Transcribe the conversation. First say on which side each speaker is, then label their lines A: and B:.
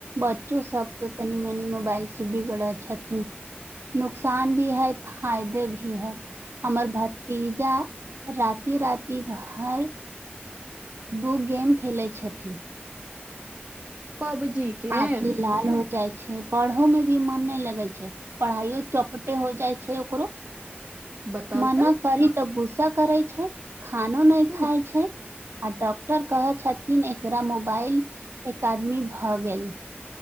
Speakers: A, on the right; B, on the right.
A: बच्चो सब तऽ तनी मनी मोबाइल से बिगरी छथिन। नुकसान भी है फायदे भी है। हमर भतीजा राति राति भर बु गेम खेलै छथि।
B: पबजी गेम
A: आँखि लाल हो जाइ छैय। पढ़ो में भी मन नहि लगै छैय पढ़ाइयो चौपटे हो जाइ छैय ओकरो।
B: बताउ
A: मना
B: तऽ
A: करी तऽ गुस्सा करै छैय खानो नहि
B: हूं
A: खाय छैय आ डॉक क्टर कहे छथिन एकरा मोबाइल एकेडमी भ गेल।